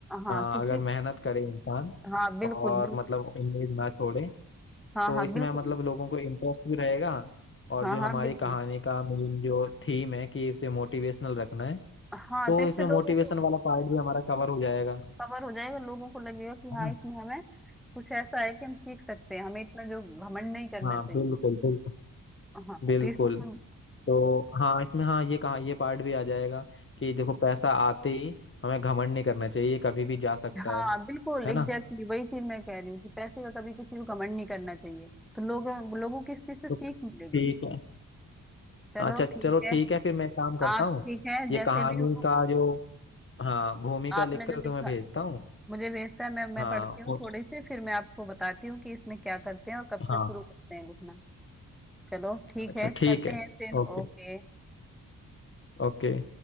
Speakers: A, in the centre; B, on the left (about 40°).
A: हाँ
B: हाँ
A: किसी
B: अगर मेहनत करे इंसान
A: हाँ बिल्कुल
B: और
A: बिल्कुल
B: मतलब उम्मीद ना छोड़े
A: हाँ
B: तो
A: हाँ
B: इसमें
A: बिल्कुल
B: मतलब लोगों को इंटरेस्ट भी रहेगा और
A: हाँ
B: जो
A: हाँ
B: हमारी
A: बिल्कुल
B: कहानी का मेन जो थीम है कि इसे मोटिवेशनल रखना है
A: हाँ
B: तो
A: तो इससे
B: इसमें
A: लोगों
B: मोटिवेशन
A: को
B: वाला पार्ट भी हमारा कवर हो जाएगा
A: कवर हो जाएगा लोगों को लगेगा कि हाँ
B: है ना
A: इसमें हमें कुछ ऐसा है कि हम सीख सकते हैं हमें इतना जो घमंड नहीं करना
B: हाँ
A: चाहिए
B: बिल्कुल बिल्कुल
A: हाँ
B: बिल्कुल
A: तो इसमें हम
B: तो हाँ इसमें हाँ ये कहा ये पार्ट भी आ जाएगा कि देखो पैसा आते ही हमें घमंड नहीं करना चाहिए ये कभी भी जा सकता
A: हाँ
B: है
A: बिल्कुल
B: है
A: एग्जैक्टली
B: ना
A: वही चीज मैं कह रही हूँ कि पैसे का कभी किसी को कमेंट नहीं करना चाहिए तो लोग लोगों की इस चीज से
B: तो
A: सीख मिलेगी
B: ठीक है
A: चलो
B: अच्छा
A: ठीक
B: चलो
A: है
B: ठीक है फिर मैं काम करता
A: आप
B: हूँ
A: ठीक है जैसे
B: ये कहानी
A: भी हो
B: का जो हाँ भूमिका
A: आपने
B: लिखकर
A: जो
B: तुम्हें
A: लिखा
B: भेजता हूँ
A: मुझे भेजता है मैं मैं
B: हाँ
A: पढ़ती हूँ
B: और
A: थोड़ी सी फिर मैं आपको बताती हूँ कि इसमें क्या करते हैं और कब से
B: हाँ
A: शुरू करते हैं लिखना चलो ठीक
B: अच्छा
A: है
B: ठीक
A: करते
B: है
A: हैं फिर
B: ओके
A: ओके
B: ओके